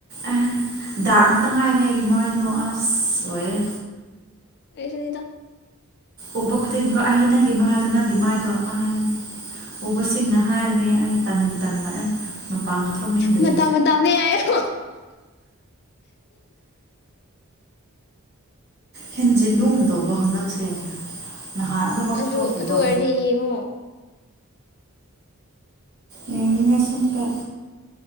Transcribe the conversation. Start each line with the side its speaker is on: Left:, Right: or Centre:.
Right: ꯑꯦ ꯗꯥꯛ ꯉꯥꯛꯇ ꯉꯥꯏꯔꯦ ꯑꯩꯒꯤ ꯃꯣꯏꯗꯣ ꯑꯁ ꯂꯣꯏꯔꯦ
Left: ꯑꯦꯁꯨꯅꯤꯗ
Right: ꯎꯕ ꯈꯨꯗꯤꯡꯀꯣ ꯑꯩ ꯅꯪꯒꯤ ꯃꯥꯗꯣ ꯅꯪ ꯒꯤ ꯃꯥꯏꯗꯣ ꯑꯍ ꯎꯕꯁꯤꯡꯅ ꯍꯥꯏꯔꯒꯅꯤ ꯑꯩ ꯇꯟꯕꯨ ꯇꯟꯂꯛꯑꯦ ꯃꯄꯥꯡꯒ ꯊꯣꯛꯅꯤꯡꯗ꯭ꯔꯦ
Left: ꯃꯊ ꯃꯊꯗ ꯍꯥꯏꯣ
Right: ꯍꯦꯟꯖꯤꯟꯕꯒꯨꯝ ꯇꯧꯕ ꯍꯟꯗꯛꯁꯦ ꯅꯍꯥꯟ ꯑꯗꯨꯃꯛ
Left: ꯑꯗꯨ
Right: ꯊꯣꯛꯇꯦꯕ
Left: ꯑꯗꯨ ꯑꯣꯏꯔꯗꯤ ꯌꯦꯡꯉꯣ
Right: ꯌꯥ ꯂꯒꯁꯟ ꯀ